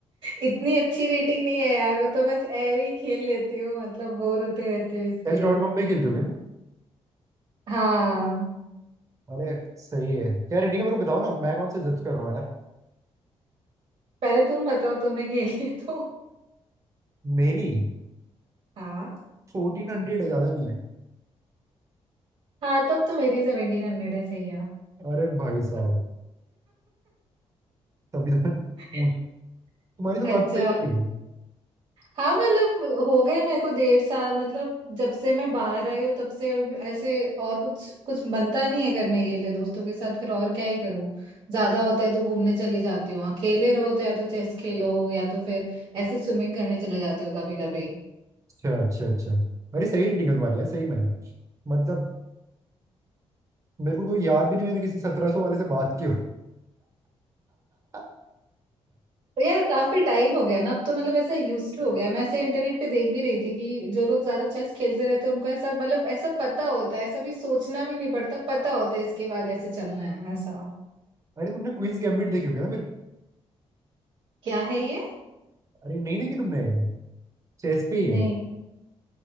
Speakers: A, on the right; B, on the right.
A: इतनी अच्छी रेटिंग नहीं है यार वो तो बस ऐवे ही खेल लेती हूँ मतलब बोर होते रहते हो इसलिए
B: चेस डॉट कॉम पे खेलते होगे ना
A: हाँ
B: अरे सही है क्या रेटिंग है मेरे को बताओ ना मैं कौन से जज कर रहा हूँ यार
A: पहले तुम बताओ तुमने खेली है तो
B: मेरी
A: हाँ
B: फोर्टीन हंड्रेड है ज्यादा नहीं है
A: हाँ तब तो मेरी सेवेंटीन हंड्रेड है सही है
B: अरे भाई साहब तभी तो मैं पूछ
A: <laughs>
B: तुम्हारी तो
A: अच्छा
B: काफी सही थी
A: हाँ मतलब हो गए मेरे को डेढ़ साल मतलब जब से मैं बाहर आई हूँ तब से अब ऐसे और कुछ कुछ बनता नहीं है करने के लिए दोस्तों के साथ फिर और क्या ही करूँ ज्यादा होता है तो घूमने चली जाती हूँ अकेले रहो तो या तो चेस खेलो या तो फिर ऐसे स्विमिंग करने चले जाती हूँ कभी कभी
B: अच्छा अच्छा अच्छा अरे सही रेटिंग है तुम्हारी यार सही में मतलब मेरे को कोई याद भी नहीं मैंने किसी सत्रह सौ वाले से बात की हो <laughs>
A: तो यार काफी टाइम हो गया ना अब तो मतलब ऐसा यूज टू हो गया मैं ऐसे इंटरनेट पे देख भी रही थी कि जो लोग ज्यादा चेस खेलते रहते हैं उनको ऐसा मतलब ऐसा पता होता है ऐसा भी सोचना भी नहीं पड़ता पता होता है इसके बाद ऐसे चलना है ऐसा
B: अरे तुमने क्वींस गैम्बिट देखी होगी ना फिर
A: क्या है ये
B: अरे नहीं देखी तुमने चेस पे ही
A: नहीं
B: है